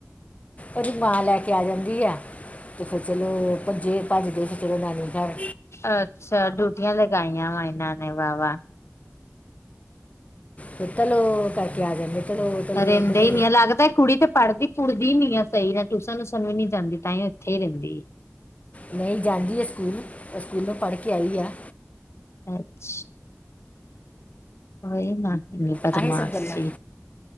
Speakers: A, on the left; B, on the left.
A: ਓਦੀ ਮਾਂ ਲੈ ਕੇ ਆ ਜਾਂਦੀ ਆ, ਤੇ ਫੇਰ ਚਲੇ ਭੱਜੇ ਭੱਜਦੇ ਫੇਰ ਨਾਨੀ ਘਰ
B: ਅੱਛਾ ਡਿਊਟੀਆਂ ਲਗਾਈਆਂ ਵਾ ਏਨਾਂ ਨੇ ਵਾ ਵਾ।
A: ਫੇੇ ਤਲੋ ਕਰ ਕੇ ਆ ਜਾਂਦੇ। ਚਲੋ ਚਲੋ
B: ਰੈਂਦੇ
A: ਚਲੋ
B: ਈ ਨੀ ਆ, ਲੱਗਦਾ ਕੁੜੀ ਤੇ ਪੜ੍ਹਦੀ ਪੁੜ੍ਹਦੀ ਨੀ ਆ ਸਈ ਨਾ ਟਿਊਸ਼ਨ ਊਸ਼ਨ ਵੀ ਨੀ ਜਾਂਦੀ, ਤਾਂਈੰ ਓ ਏਥੇ ਈ ਰੈਂਦੀ।
A: ਨਈ ਜਾਂਦੀ ਆ ਸਕੂਲ, ਸਕੂਲੋ ਪੜ੍ਹ ਕੇ ਆਈ ਆ‌।
B: ਐਛ ਓਈ ਨਾ ਇੰਨੀ ਬਦਮਾਸ਼
A: ਆਹੀ ਸਭ ਗੱਲਾਂ,
B: ਜੀ